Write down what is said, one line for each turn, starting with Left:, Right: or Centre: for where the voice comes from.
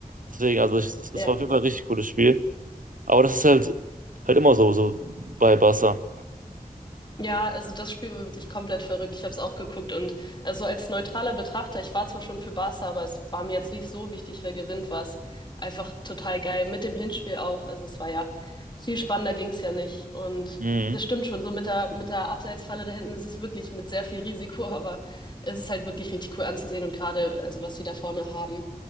Right: Deswegen, also ich- es es
Left: ja.
Right: war auf jeden Fall ein richtig cooles Spiel. Aber das ist halt halt immer so, so bei Barca.
Left: Ja, also das Spiel war wirklich komplett verrückt. Ich habe es auch geguckt und also als neutraler Betrachter, ich war zwar schon für Barca, aber es war mir jetzt nicht so wichtig, wer gewinnt, war es einfach total geil. Mit dem Hinspiel auch. Also es war ja viel spannender ging's ja nicht. Und
Right: Mhm.
Left: das stimmt schon, so mit der, mit der Abseitsfalle da hinten ist es wirklich mit sehr viel Risiko, <laughs> aber es ist halt wirklich richtig cool anzusehen und gerade, also was sie da vorne haben.